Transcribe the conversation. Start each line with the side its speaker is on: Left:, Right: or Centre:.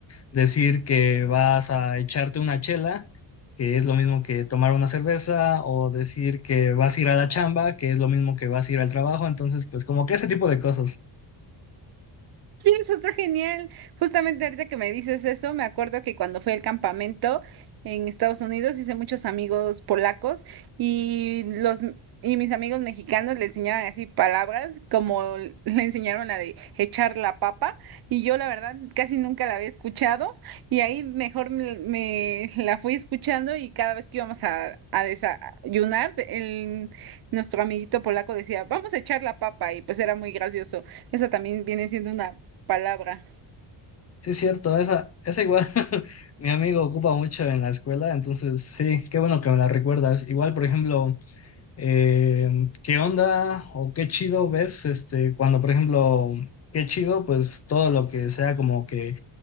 Left: decir que vas a echarte una chela. que es lo mismo que tomar una cerveza o decir que vas a ir a la chamba, que es lo mismo que vas a ir al trabajo, entonces pues como que ese tipo de cosas.
Right: Sí, eso está genial. Justamente ahorita que me dices eso, me acuerdo que cuando fui al campamento en Estados Unidos hice muchos amigos polacos y los y mis amigos mexicanos le enseñaban así palabras como le enseñaron la de echar la papa y yo la verdad casi nunca la había escuchado y ahí mejor me, me la fui escuchando y cada vez que íbamos a, a desayunar el, nuestro amiguito polaco decía vamos a echar la papa y pues era muy gracioso. Esa también viene siendo una palabra.
Left: Sí, es cierto, esa, esa igual <laughs> mi amigo ocupa mucho en la escuela, entonces sí, qué bueno que me la recuerdas. Igual, por ejemplo, eh, ¿qué onda o qué chido ves este, cuando, por ejemplo, qué chido, pues todo lo que sea como que